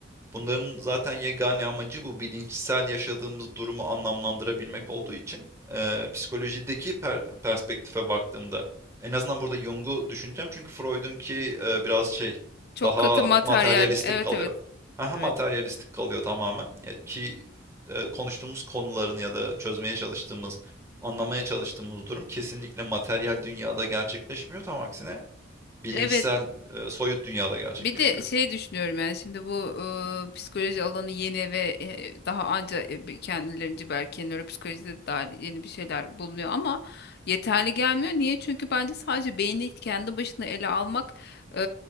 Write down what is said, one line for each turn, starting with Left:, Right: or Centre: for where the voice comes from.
Right: Bunların zaten yegane amacı bu bilinçsel yaşadığımız durumu anlamlandırabilmek olduğu için eee, psikolojideki per- perspektife baktığımda en azından burada Jung'u düşüneceğim çünkü Freud'unki eee, biraz şey
Left: Çok
Right: daha
Left: katı materyal.
Right: materyalistik
Left: Evet
Right: kalıyor.
Left: evet.
Right: Aha
Left: Evet.
Right: materyalistik kalıyor tamamen. Ya ki eee, konuştuğumuz konuların ya da çözmeye çalıştığımız, anlamaya çalıştığımız durum kesinlikle materyal dünyada gerçekleşmiyor. Tam aksine bilinçsel,
Left: Evet.
Right: eee, soyut dünyada gerçekleşiyor.
Left: Bir de şey düşünüyorum yani şimdi bu e, psikoloji alanı yeni ve e, daha anca e, bir- kendilerince belki nöropsikolojide de dahil yeni bir şeyler bulunuyor ama yeterli gelmiyor. Niye? Çünkü bence sadece beyni kendi başına ele almak e,